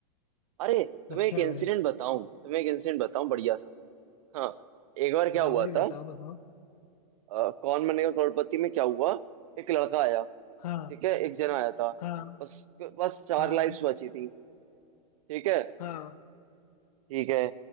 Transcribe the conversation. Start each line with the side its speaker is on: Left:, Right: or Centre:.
Right: अरे तुम्हें
Left: अच्छा
Right: एक
Left: भाई
Right: इंसिडेंट बताऊं तुम्हें एक इंसिडेंट बताऊं बढ़िया सा हाँ एक बार क्या
Left: हाँ
Right: हुआ
Left: भाई
Right: था
Left: बताओ बताओ
Right: अ, कौन बनेगा करोड़पति में क्या हुआ एक लड़का आया
Left: हाँ
Right: ठीक है एक जना आया था
Left: हाँ
Right: बस बस चार
Left: हाँ
Right: लाइफ्स बची थी ठीक है
Left: हाँ
Right: ठीक है